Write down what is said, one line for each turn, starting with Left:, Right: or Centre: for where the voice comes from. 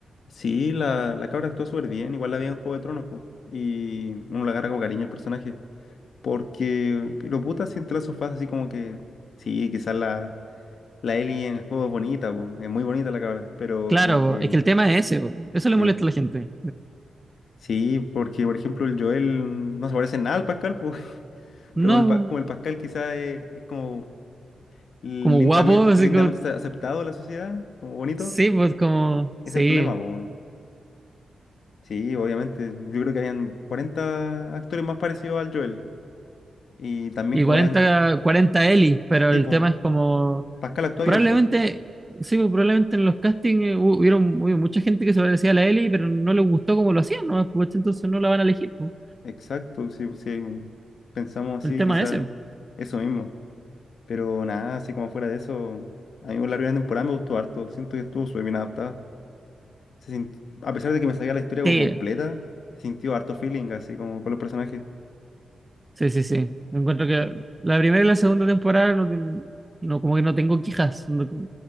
Left: Sí, la, la cabra actuó súper bien, igual la vi en Juego de Tronos, po, y uno le agarra con cariño al personaje, porque lo puta si entre esos fases así como que, sí, quizás la, la Ellie en el juego es bonita, po, es muy bonita la cabra, pero
Right: Claro,
Left: como que,
Right: es que el tema es ese, po. eso le
Left: sí,
Right: molesta a la gente.
Left: sí, porque por ejemplo el Joel no se parece en nada al Pascal, po, <laughs>
Right: No,
Left: pero como el, Pa- como el Pascal quizás es, es como lindamen-
Right: como guapo, así
Left: lindamente,
Right: como,
Left: ace- aceptado en la sociedad, como bonito,
Right: sí, pues como, sí,
Left: es el problema, po, Sí, obviamente. Yo creo que habían 40 actores más parecidos al Joel. Y también
Right: y
Left: como
Right: 40,
Left: hayan...
Right: cuarenta Eli, pero
Left: tipo,
Right: el tema es como,
Left: Pascal actúa
Right: probablemente,
Left: bien, pues.
Right: sí, pues probablemente en los castings eh, hu- hubieron, hubo mucha gente que se parecía a la Eli, pero no le gustó como lo hacían, ¿no? Pues, entonces no la van a elegir, po.
Left: Exacto, si, si pensamos
Right: El
Left: así,
Right: tema
Left: quizás
Right: es ese.
Left: eso mismo. Pero nada, así como fuera de eso, a mí la primera temporada me gustó harto. Siento que estuvo súper bien adaptada. Se sint- A pesar de que me sabía la historia como
Right: Sí,
Left: completa, se sintió harto feeling, así como con los personajes.
Right: sí, sí, sí. Encuentro que la primera y la segunda temporada no, tienen- no como que no tengo quejas. No-